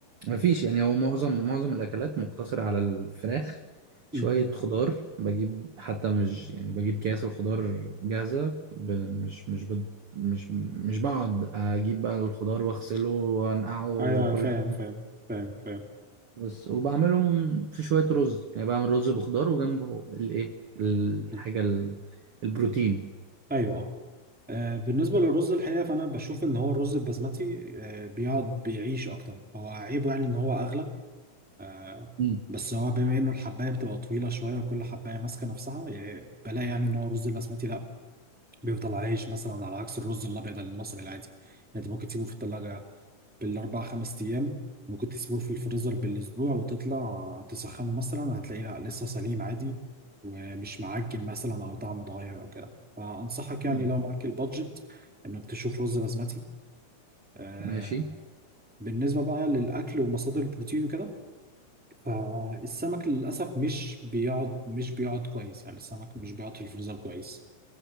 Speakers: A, on the right; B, in the centre.
A: مفيش يعني هو معظم معظم الاكلات مقتصره على الفراخ شويه
B: مم.
A: خضار بجيب حتى مش يعني بجيب كياس الخضار جاهزه ب- مش مش بد- مش مش بقعد اجيب بقى الخضار واغسله وانقعه وكل
B: ايوه أيوة، فاهم فاهم فاهم فاهم
A: بس وبعملهم في شوية رز يعني بعمل رز بخضار وجنبه الايه الحاجة
B: مم.
A: ال- البروتين
B: ايوه اه آه، بالنسبه للرز الحقيقه فانا بشوف ان هو الرز البسمتي آه، بيقعد بيعيش اكتر هو عيبه يعني ان هو اغلى آه،
A: مم.
B: بس هو بما انه الحبايه بتبقى طويله شويه وكل حبايه ماسكه نفسها يعني بلاقي يعني ان هو الرز البسمتي لا بيفضل عايش مثلا على عكس الرز الابيض المصري العادي يعني انت ممكن تسيبه في الثلاجه بالاربع خمس ايام ممكن تسيبه في الفريزر بالاسبوع وتطلع تسخنه مثلا هتلاقيه لا لسه سليم عادي ومش معجن مثلا او طعمه اتغير او كده فانصحك
A: مم.
B: يعني لو معاك البادجت انك تشوف رز بسمتي آه
A: ماشي
B: بالنسبه بقى للاكل ومصادر البروتين وكده فالسمك للاسف مش بيقعد مش بيقعد كويس يعني السمك مش بيقعد في الفريزر كويس